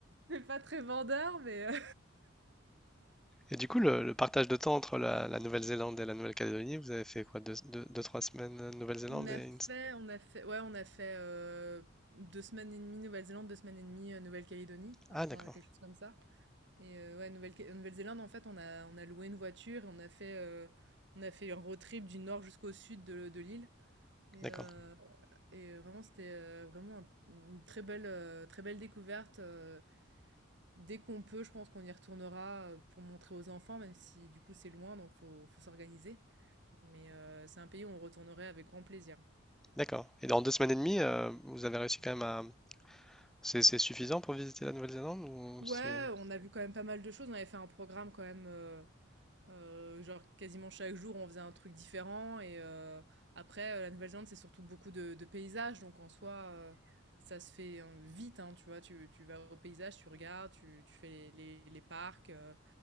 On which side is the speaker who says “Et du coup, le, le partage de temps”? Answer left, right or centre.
Centre